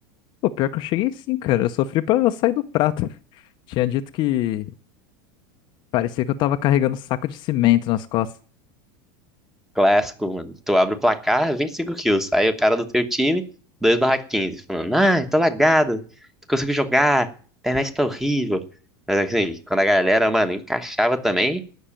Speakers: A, on the left; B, in the centre.
A: Pô, pior que eu cheguei sim, cara. Eu sofri pra sair do prato. <laughs> Tinha dito que parecia que eu tava carregando um saco de cimento nas costas.
B: clássico, mano. Tu abre o placar, 25 kills. Aí o cara do teu time, 2/15, falando, ah, tô lagado, não consigo jogar, a internet tá horrível. Mas assim, quando a galera, mano, encaixava também,